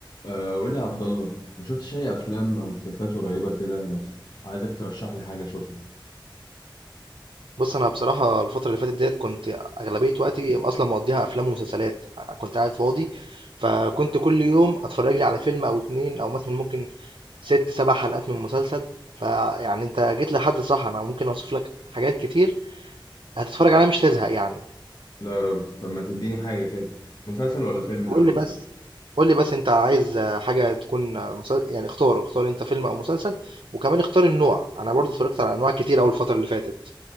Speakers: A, on the left; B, on the right.
A: أه قول لي يا عبد الله ما شفتش اي افلام او مسلسلات قريبه كده ما ت- عايزك ترشح لي حاجه اشوفها
B: بُص، أنا بصراحة الفترة اللي فاتت ديّة كنت أغلبية وقتي أصلًا مقضّيها أفلام ومسلسلات، أ كنت قاعد فاضي، فكنت كل يوم أتفرّج لي على فيلم أو 2 أو مثلًا ممكن 6، 7 حلقات من مسلسل، فيعني أنت جيت لحد صح، أنا ممكن أوصف لك حاجات كتير هتتفرّج عليها مش هتزهق يعني.
A: لا يا رب طب ما تديني حاجة كده مسلسل ولا فيلم الأول؟
B: قُل لي بس قُل لي بس أنت عايز حاجة تكون مس يعني اختار، اختار أنت فيلم أو مسلسل وكمان اختار النوع، أنا برضه اتفرّجت على أنواع كتير أوي الفترة اللي فاتت.